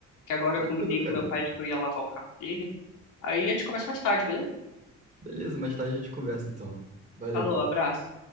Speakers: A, on the left (about 80°); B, on the right (about 25°).
A: Que agora
B: Tranquilo,
A: eu combinei
B: cara.
A: com meu pai de que eu ia lavar o carro dele. Aí a gente conversa mais tarde, beleza?
B: Beleza, mais tarde a gente conversa, então. Valeu.
A: Falou, abraço.